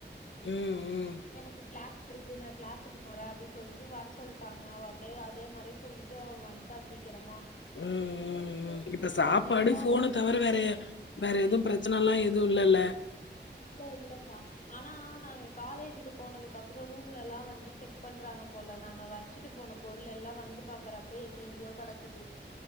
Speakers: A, on the left; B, on the left.
A: ம் ம்
B: எனக்கு கிளாஸ் இருக்கு நா கிளாஸுக்கு போற அப்டி சொல்ட்டு வர சொல்ட்டாங்க அவ அப்டே அதே மாரே சொல்லி ட்டு அவ வன்ட்டா சீக்கிரமா
A: ம் ம் ம் இப்ப சாப்பாடு
B: நாங்க இல்லாதப்ப
A: ஃபோன தவர வேற வேற எதும் பிரச்சனலா எதும் இல்லல்ல
B: இல்ல இல்லக்கா ஆனா நாங்க காலேஜிக்கு போனதுக்கப்பறோ ரூம்ல்லலா வந்து செக் பண்றாங்க போல நாங்க வச் சிட்டு போன பொருளெல்லா வந்து பாக்கறப்ப எங்கெங்கயோ கடக்குது